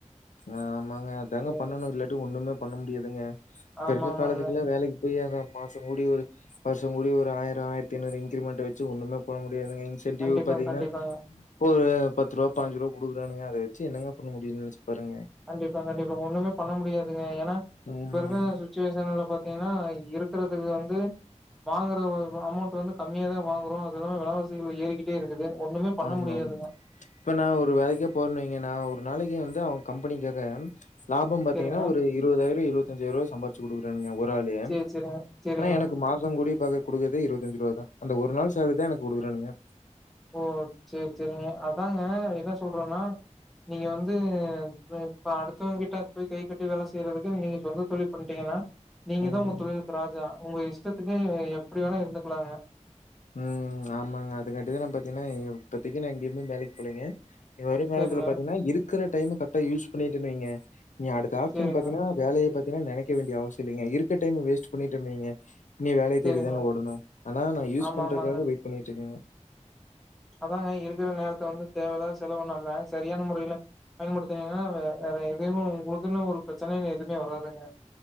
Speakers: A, on the left; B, in the centre.
A: ஆமாங்க அதாங்க
B: ம்,
A: பண்ணணு இல்லாட்டி ஒண்ணுமே பண்ண முடியாது ங்க இப்ப
B: ஆமா
A: இருக்க
B: ஆமாங்க
A: காலத்துக்லா வேலைக் கு போயி அத மாச முடிவொரு வருஷ முடிவொரு ஆயிர ஆயிரத் ஐநூறு இன்கிரிமெண்ட்ட வெச்சு ஒண்ணுமே பண்ண ங்க இன்சென்டிவ்
B: கண்டிப்பாங்க
A: பாத்திங்கனா
B: கண்டிப்பாங்க
A: ஒரு பத்து ருவா பாஞ்சுருவா குடுக்கறானுக அதவெச்சு என்னங்க பண்ண முடியு வருங்க
B: கண்டிப்பா கண்டிப்பாங்க ஒண்ணுமே பண்ண முடியாது ஏனா
A: ம்
B: இப்ப இருக்க சுச்சுவேஷன்ல பாத் திங்னா இருக்கறதுக்கு வந்து வாங்குற அமௌண்ட் வந்து கம்மியாதா வாங்கறோ அது இல்லாம வெலவாசிகள் ஏறிகிட்டே இருக்குது ஒண்ணுமே பண்ண
A: ஆமாங்
B: முடியாதுங்க
A: இப்ப நா ஒரு வேலைக்கே போறன் வெய்ங்க நா ஒரு நாளைக் வந் து அவங்க கம்பெனிக்காக லாபம் பாத்திங்னா
B: சேரிங்க
A: ஒரு இருவதாயிர இரு வத்தாஞ்சாயிருவா சம்பாரிச்சு குடுக்கறங் ஒரு ஆளு ஆனா
B: சேரி சேரிங்க சேரிங்க
A: எனக்கு மாச கூடி குடுக்குறதே இருவத்தஞ்சு ருவா தா அந்த ஒரு நாள் சேல்ரிதா எனக்கு குடுக்குறானுக
B: ஓ சேரி சேரிங்க அதாங்க என்ன சொல்றன்னா நீங்க வந்து இப்ப அடுத்தவங்க கிட்ட போய் கை கட்டி வேலை செய்றதுக்கு நீங்க சொந்த தொழில் பண்ட்டிங்கனா நீங்கதா
A: ம்.
B: உங்க தொழிலுக்கு ராஜா உங்க இஷ்டத்துக்கு எப்படி வேணா இருந்துக்கலாங்க
A: ம் ஆமாங்க அதுங்காட்டிதா நா பாத்தினா இப்பத்திக்கு நா எங்கயுமே வேலைக் போலிங்க இனி வருங்காலத்துல
B: சேரிங்க
A: பாத்திங்னா இரு க்கற டைம் கரெக்டா யூஸ் பண்ணிட்டன் வைங்க இனி அடுத்த ஆப்ஷன்
B: சேரிங்க
A: பாத்திங்னா வேலைய பத் திலா நெனைக்க வேண்டிய அவசிய இல்லைங்க இருக்க டைம் வேஸ்ட் பண்ணிட்டன் வைங்க நீ வேலய
B: சேரிங்க
A: தேடிதாங்க ஓடணு ஆனா நா யூஸ்
B: ஆமா
A: பண்றக்காக
B: ஆமாங்க
A: வெயிட் பண்ணிட்ருக்கங்க
B: அதாங்க இருக்கற நேரத்த வந்து தேவ இல்லாம செலவு பண்ணாம சரியான முறையில பயன்படுத் துனீங்கனா வே வேற எதுவு உங்களுக்குன்னு ஒரு பிரச்சனைனு எதுமே வராதுங்க